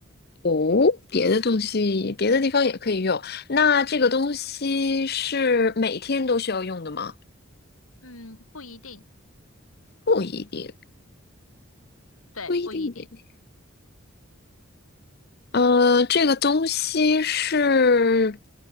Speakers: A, on the left; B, on the left.
A: 哦，别的东西，别的地方也可以用。那这个东西是每天都需要用的吗？
B: 嗯嗯，不一定，
A: 不一定。
B: 对，
A: 不一定每天
B: 不一定，
A: 呃，这个东西是